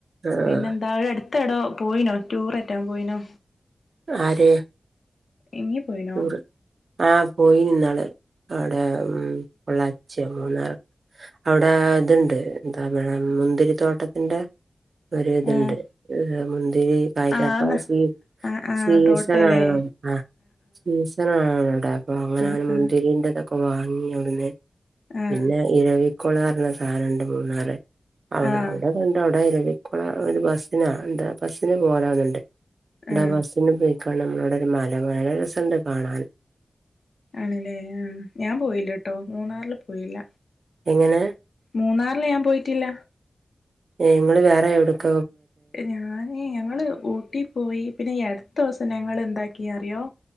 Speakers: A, on the right (about 70°); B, on the left (about 80°).
A: ആഹ്
B: പിന്നന്താ എ ട്ത്തടോ പോയ്നോ ടൂററ്റാം പോയിനോ?
A: ആര്?
B: ഇയ്യ് പോയിനോ
A: റ്റൂർ ആഹ് പോയിനിന്നാള്. ആടെ ഉം പൊള്ളാച്യോ മൂന്നാറ് അവ്ടെ ത്ണ്ട് എന്താ മുന്തിരി തോട്ടത്തിന്റെ ഒര്ത്ണ്ട്
B: ഏഹ്
A: മുന്തിരി കായ്ക്ക്ണ
B: ആന്ന്
A: <unintelligible>
B: ആഹ് ആഹ്
A: സീസൺ
B: തോട്ടല്ലേ
A: ആണോ ആഹ് സീസണ ആഹ് അവിടെ അപ്പൊ അങ്ങനെ
B: ആഹ്
A: മുന്തിരിന്റെ
B: ആഹ്
A: തൊക്കെ വാങ്ങി അവിടന്ന്
B: ആഹ്
A: പിന്ന ഇരവിക്കൊള ന്നറഞ്ഞ സാനണ്ട് മൂന്നാർ അവടെ
B: ആഹ്
A: അവിടെ കണ്ട് ഇരവിക്കുള ഒരു ബസ്സിനാ എന്ത ബസ്സ്ന് പോലാന്ന്ണ്ട്. ണ്ടാ
B: ആഹ്
A: ബസ്സിന് പോയി ക്കാണ് മ്മളെ ഔടെ ഒരു മല മല രസണ്ട് കാണാന്.
B: ആണ്ല്ലേ ആഹ് ഞാൻ പോയില്ല ട്ടോ മൂന്നാർല് പോയില്ല.
A: എങ്ങനെ
B: മൂന്നാറില് ഞാൻ പോയിട്ടില്ല
A: ഏഹ് ങ്ങള് വേറെ എവിടുക്ക
B: ഞാന് ഞങ്ങള് ഊട്ടി പോയി പിന്നെ അടുത്ത ദിവസം ഞങ്ങൾ എന്താക്കി അറിയോ